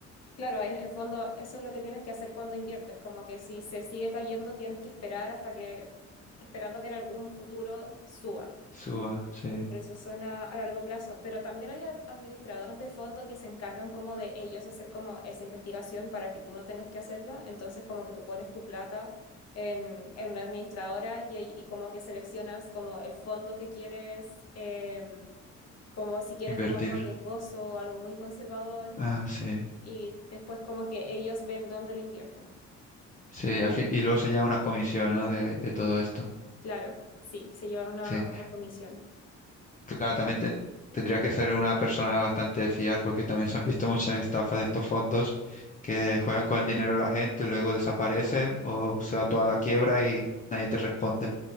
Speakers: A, on the left; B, on the left.
A: Claro, en el fondo eso es lo que tienes que hacer cuando inviertes, como que si se sigue cayendo tienes que esperar hasta que, esperando que en algún futuro suba.
B: Suba, sí.
A: Por eso son a, a largo plazo. Pero también hay a- administradoras de fondo que se encargan como de ellos hacer como esa investigación para que tú no tengas que hacerla. Entonces como que tú pones tu plata en, en una administradora y, ahí- y como que seleccionas como el fondo que quieres, em, como si quieres
B: Invertir.
A: como algo riesgoso o algo muy conservador
B: Ah, sí.
A: y después como que ellos ven dónde lo invierten.
B: Sí, al fin- y luego se lleva una comisión, ¿no? De, de todo esto.
A: Claro, sí, se llevan una,
B: Sí.
A: una comisión.
B: Claro, también te- tendría que ser una persona bastante de fiar porque también se han visto muchas estafas de estos fondos que juegan con el dinero de la gente, luego desaparecen o se va toda la quiebra y nadie te responde.